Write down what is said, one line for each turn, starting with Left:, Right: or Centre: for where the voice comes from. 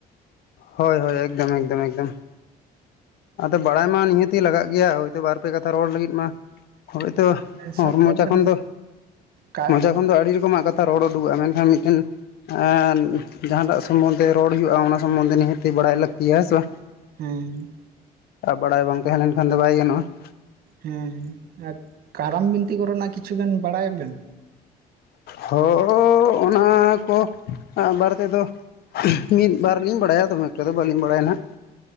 Left: ᱦᱳᱭ ᱦᱳᱭ ᱮᱠᱫᱚᱢ ᱮᱠᱫᱚᱢ ᱮᱠᱫᱚᱢ ᱾ ᱟᱫᱚ ᱵᱟᱲᱟᱭ ᱢᱟ ᱱᱤᱦᱟᱹᱛᱤ ᱞᱟᱜᱟᱜ ᱜᱮᱭᱟ ᱦᱚᱭᱛᱚ ᱵᱟᱨ ᱯᱮ ᱠᱟᱛᱷᱟ ᱨᱚᱲ ᱞᱟᱹᱜᱤᱫ ᱢᱟ ᱦᱳᱭᱛᱚ ᱦᱚᱨ
Right: ᱥᱟᱵ ᱠᱟᱜ
Left: ᱢᱚᱪᱟ
Right: ᱵᱮᱱ
Left: ᱠᱷᱚᱱ ᱫᱚ,
Right: ᱠᱟᱜ
Left: ᱢᱚᱪᱟ ᱠᱷᱚᱱ ᱫᱚ ᱟᱹᱰᱤ ᱨᱚᱠᱚᱢᱟᱜ ᱠᱟ ᱛᱷᱟ ᱨᱚᱲ ᱩᱰᱩᱠᱚᱜᱼᱟ ᱢᱮᱱᱠᱷᱟᱱ ᱢᱤᱫᱴᱮᱱ ᱮ ᱡᱟᱦᱟᱸᱴᱟᱜ ᱥᱚᱢᱚᱱᱫᱷᱮ ᱨᱚᱲ ᱦᱩᱭᱩᱜᱼᱟ ᱚᱱᱟ ᱥᱚᱢᱚᱱᱫᱷᱮ ᱱᱤᱦᱟᱹᱛᱤ ᱵᱟᱲᱟᱭ ᱞᱟᱹᱠᱛᱤᱭᱟ ᱦᱮᱸ ᱥᱮ ᱵᱟᱝ ᱾
Right: ᱦᱩᱸ
Left: ᱟ ᱵᱟᱲᱟᱭ ᱵᱟᱝ ᱛᱟᱦᱮᱸ ᱞᱮᱱᱠᱷᱟᱱ ᱫᱚ ᱵᱟᱭ ᱜᱟᱱᱚᱜᱼᱟ ᱾
Right: ᱦᱩᱸ ᱟ ᱠᱟᱨᱟᱢ ᱵᱤᱱᱛᱤ ᱠᱚᱨᱮᱱᱟᱜ ᱠᱤᱪᱷᱩ ᱜᱟᱱ ᱵᱟᱲᱟᱭᱟᱵᱮᱱ?
Left: ᱦᱚ ᱚᱱᱟ ᱠᱚ ᱟᱸ ᱵᱟᱨᱮ ᱛᱮᱫᱚ ᱢᱤᱫ ᱠᱟᱨ ᱞᱤᱧ ᱵᱟᱲᱟᱭᱟ ᱫᱚᱢᱮ ᱮᱠᱴᱟ ᱫᱚ ᱵᱟᱹᱞᱤᱧ ᱵᱟᱲᱟᱭᱟ ᱱᱟᱦᱟᱜ ᱾